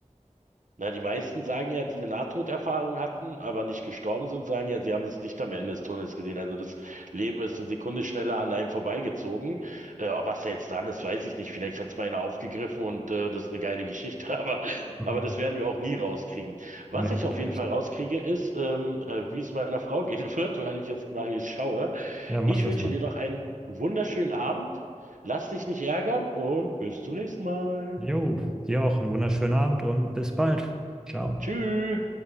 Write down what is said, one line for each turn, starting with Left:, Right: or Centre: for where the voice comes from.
Right: Na, die meisten sagen ja, die eine Nahtoderfahrung hatten, aber nicht gestorben sind, sagen ja, sie haben das Licht am Ende des Tunnels gesehen. Also das Leben ist eine Sekunde schneller an einem vorbeigezogen. Äh, ob was da jetzt dran ist, weiß ich nicht. Vielleicht hat es mal einer aufgegriffen und äh, das ist eine geile Geschichte, <laughs> aber,
Centre: Mhm.
Right: aber das werden wir auch nie rauskriegen. Was
Centre: Nee,
Right: ich
Centre: natürlich
Right: auf jeden Fall
Centre: nicht.
Right: rauskriege, ist, ähm, äh, wie es meiner Frau gehen <laughs> wird, weil ich jetzt nach ihr schaue.
Centre: Ja, mach
Right: Ich
Centre: das
Right: wünsche
Centre: mal.
Right: dir noch einen wunderschönen Abend. Lass dich nicht ärgern und bis zum nächsten Mal.
Centre: Jo, dir auch einen wunderschönen Abend und bis bald. Ciao.
Right: Tschüss.